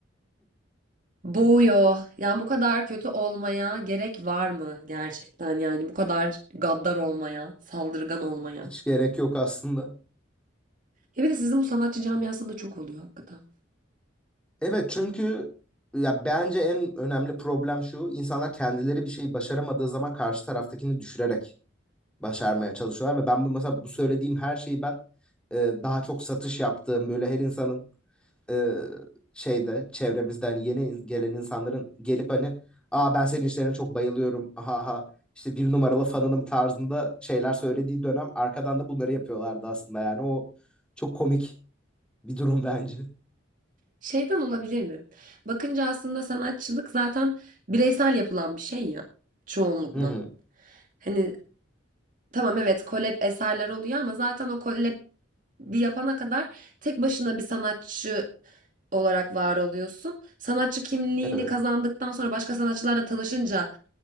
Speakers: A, on the right (about 40°); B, in the centre.
A: Boğuyor. Yani bu kadar kötü olmaya gerek var mı gerçekten yani bu kadar gaddar olmaya, saldırgan olmaya.
B: <laughs> Hiç gerek yok aslında.
A: Ya bir de sizin bu sanatçı camiasında çok oluyor hakikaten.
B: Evet çünkü ya bence en önemli problem şu. insanlar kendileri bir şeyi başaramadığı zaman karşı taraftakini düşürerek başarmaya çalışıyorlar ve ben bu mesela bu söylediğim her şeyi ben e, daha çok satış yaptığım böyle her insanın e, şeyde çevremizden yeni in- gelen insanların gelip hani aa ben senin işlerine çok bayılıyorum ha ha işte bir numaralı fanınım tarzında şeyler söylediği dönem arkadan da bunları yapıyorlardı aslında yani o çok komik bir durum <laughs> bence.
A: Şeyden olabilir mi? Bakınca aslında sanatçılık zaten bireysel yapılan bir şey ya çoğunlukla.
B: Hı hı.
A: Hani tamam evet kolab eserler oluyor ama zaten o kolab bir yapana kadar tek başına bir sanatçı olarak var oluyorsun. Sanatçı kimliğini
B: Evet.
A: kazandıktan sonra başka sanatçılarla tanışınca